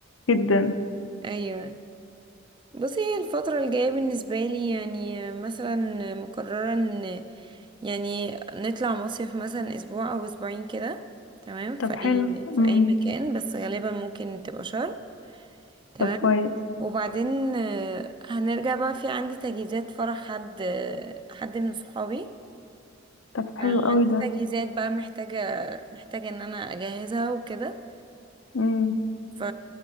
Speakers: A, on the left; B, on the right.
A: جدا
B: ايوه بصي هي الفترة الجاية بالنسبة لي يعني مثلا مقررة ان يعني نطلع مصيف مثلا اسبوع او اسبوعين كده تمام في
A: طب
B: اي
A: حلو
B: في
A: مم.
B: اي مكان بس غالبا ممكن تبقى شرم تمام
A: طب كويس
B: وبعدين آه، هنرجع بقى في عندي تجهيزات فرح حد آه، حد من صحابي
A: طب
B: آه،
A: حلو قوي
B: عندي
A: ده
B: تجهيزات بقى محتاجة محتاجة ان انا اجهزها وكده
A: امم
B: ف